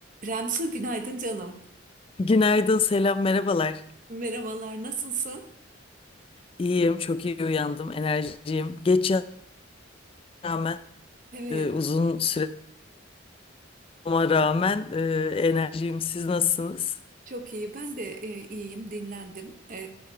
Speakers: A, on the right; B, on the left.
A: Remsu günaydın canım.
B: Günaydın, selam, merhabalar.
A: Merhabalar, nasılsın?
B: İyiyim, çok iyi uyandım, enerjiyim. Geç yatağa rağmen,
A: Evet,
B: e, uzun süre ama rağmen e, enerjiyim. Siz nasılsınız?
A: çok iyi. Ben de e, iyiyim, dinlendim. E,